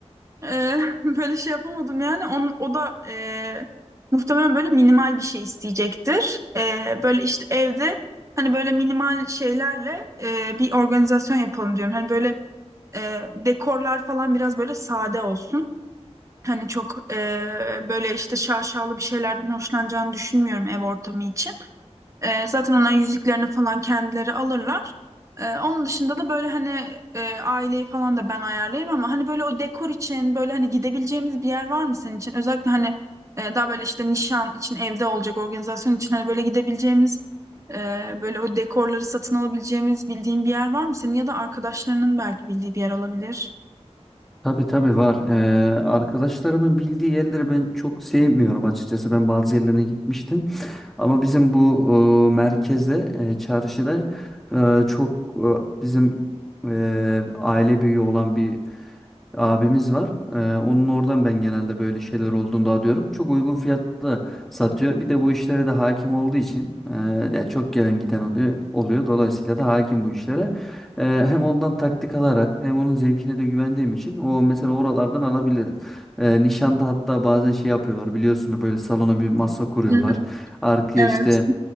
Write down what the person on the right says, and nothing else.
Eee, <laughs> böyle şey yapamadım yani. On, o da eee, muhtemelen böyle minimal bir şey isteyecektir. Eee, böyle işte evde hani böyle minimal şeylerle eee, bir organizasyon yapalım diyorum. Hani böyle eee, dekorlar falan biraz böyle sade olsun. Hani çok eee, böyle işte şaşalı bir şeylerden hoşlanacağını düşünmüyorum ev ortamı için. Ee, zaten onların yüzüklerini falan kendileri alırlar. Ee, onun dışında da böyle hani e, aileyi falan da ben ayarlayayım ama hani böyle o dekor için böyle hani gidebileceğimiz bir yer var mı senin için? Özellikle hani e, daha böyle işte nişan için evde olacak organizasyon için hani böyle gidebileceğimiz e, böyle o dekorları satın alabileceğimiz bildiğin bir yer var mı senin ya da arkadaşlarının belki bildiği bir yer olabilir.
Hı hı,
evet.